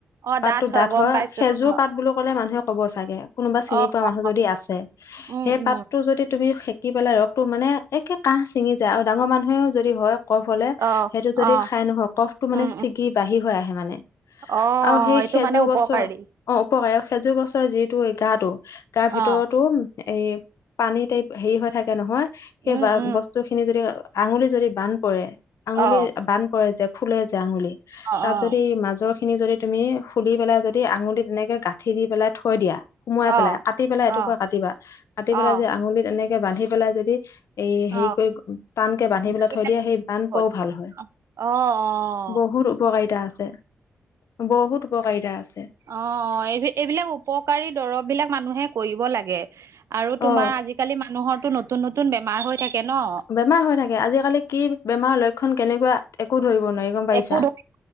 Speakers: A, on the right; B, on the left.
A: অ',
B: পাতটো মানে ডাঠ
A: গম
B: হয়।
A: পাইছো
B: খেজুৰ
A: অ',
B: পাত বুলি ক'লে মানুহে ক'ব চাগে, কোনোবা চিনি
A: অ',
B: পোৱা
A: অ',
B: মানুহ যদি আছে।
A: উম,
B: সেই
A: উম,
B: পাতটো যদি তুমি সেকি পেলে ৰসটো মানে একে কাঁহ ছিঙি যায় আৰু ডাঙৰ মানুহেও যদি হয়। ক'ফ হ'লে
A: অ',
B: সেইটো যদি
A: অ',
B: খাই নহয় ক'ফটো মানে
A: উম, উম,
B: ছিগি বাঢ়ি হৈ আহে মানে।
A: অ', অ
B: আৰু সেই
A: এইটো
B: খেজুৰ
A: মানে উপকাৰী
B: গছৰ অ', উপকাৰী খেজুৰ গছৰ যিটো এই গাটো গাৰ
A: অ',
B: ভিতৰতো এই পানী টাইপ হেৰি হৈ থাকে নহয় সেই
A: উম,
B: বা
A: উম,
B: বস্তু বস্তুখিনি যদি আঙুলি যদি বান পৰে আঙুলি
A: অ',
B: বান পৰে যে ফুলে যে আঙুলি।
A: অ',
B: তাত
A: অ',
B: যদি মাজৰ খিনি যদি তুমি খোলি পেলাই যদি আঙুলি তেনেকে গাঁঠি দি পেলাই থৈ দিয়া। সোমোৱাই
A: অ',
B: পেলাই কাটি পেলাই এটোকোৰা
A: অ',
B: কাটিবা কাটি
A: অ',
B: পেলাই যে আঙুলিত এনেকে বান্ধি পেলাই যদি এই
A: অ',
B: হেৰি কৰি টানকে বান্ধি
A: বাকী
B: পেলাই থৈ দিয়ে সেই বান
A: হ'ল
B: পৰাওঁ ভাল হয়।
A: অ', অ'।
B: বহুত উপকাৰিতা আছে, বহুত উপকাৰিতা আছে।
A: অ', এই এইবিলাক উপকাৰী দ্ৰৱবিলাক মানুহে কৰিব লাগে। আৰু তোমাৰ
B: অ
A: আজিকালি মানুহৰো নতুন নতুন বেমাৰ হৈ থাকে ন।
B: বেমাৰ হৈ থাকে। আজিকালি কি বেমাৰ লয় খন কেনেকুৱা একো ধৰিব নোৱাৰি গম পাইছা?
A: একো ধৰি